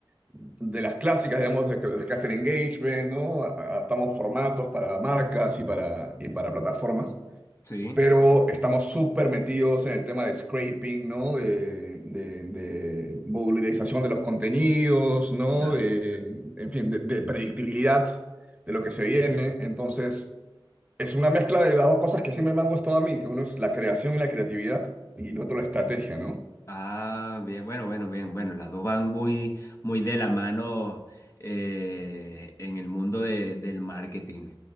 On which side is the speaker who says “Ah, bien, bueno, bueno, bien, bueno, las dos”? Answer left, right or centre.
Left